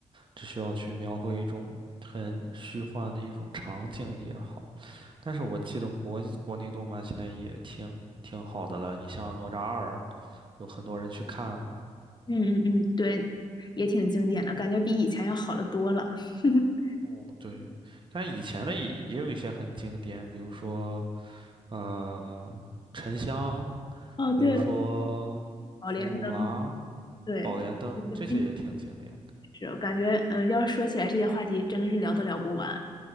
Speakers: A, on the right; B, on the left.
A: 只需要去描绘一种很虚幻的一种场景也好。但是我记得国国内动漫现在也挺挺好的了，你像《哪吒二》，有很多人去看嘛。
B: 嗯嗯嗯，对，也挺经典的，感觉比以前要好的多了。<laughs>
A: 哦，对，但以前的也也有一些很经典，比如说。呃，沉香，
B: 哦，对，
A: 比如说葫芦娃、
B: 宝莲灯，对，
A: 宝莲灯，
B: 一部纪
A: 这些也挺经典的。
B: 实，感觉嗯，要是说起来这些话题，真的是聊都聊不完。